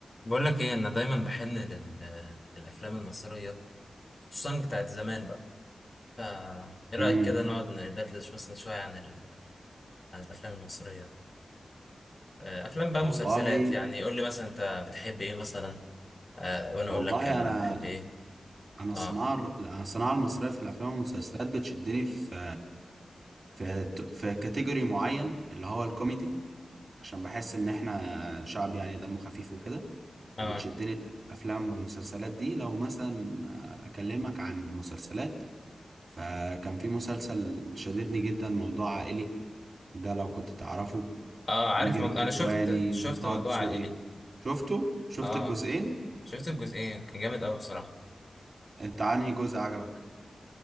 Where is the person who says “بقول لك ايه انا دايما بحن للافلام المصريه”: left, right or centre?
Left